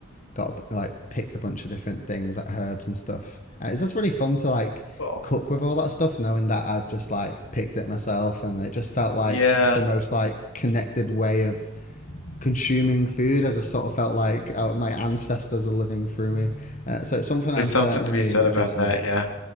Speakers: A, on the left; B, on the left.
A: got like picked a bunch of different things like herbs and stuff. And it's just really fun to like
B: cool.
A: cook with all that stuff, knowing that I've just like picked it myself, and it just felt like
B: Yeah,
A: the most like connected way of consuming food. I just sort of felt like uh, my ancestors were living through me. Uh, so it's something I'm
B: there's something
A: certainly
B: to be said
A: interested
B: about that.
A: in.
B: Yeah.